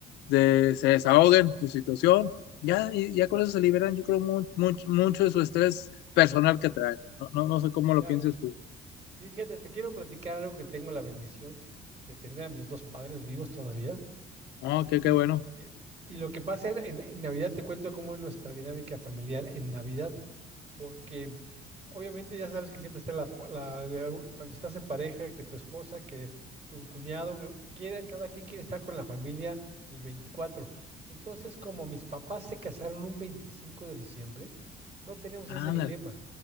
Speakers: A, on the left; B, on the right.
A: de- se desahoguen su situación. Ya, y- ya con eso se liberan, yo creo, mu- mucho, mucho de su estrés personal que traen. No, no, no sé cómo
B: Claro.
A: lo pienses tú.
B: Sí, fíjate, te quiero platicar algo que tengo la bendición de tener a mis dos padres vivos todavía.
A: No,
B: Y,
A: qué, qué bueno.
B: eh, y lo que pasa en, en- en Navidad, te cuento cómo es nuestra dinámica familiar en Navidad. porque obviamente ya sabes que siempre está la, la de un- cuando estás en pareja, que tu esposa, que tu cuñado, que quiere, cada quien quiere estar con la familia el veinticuatro Entonces, como mis papás se casaron un 25 de diciembre, no tenemos
A: Ándale.
B: ese dilema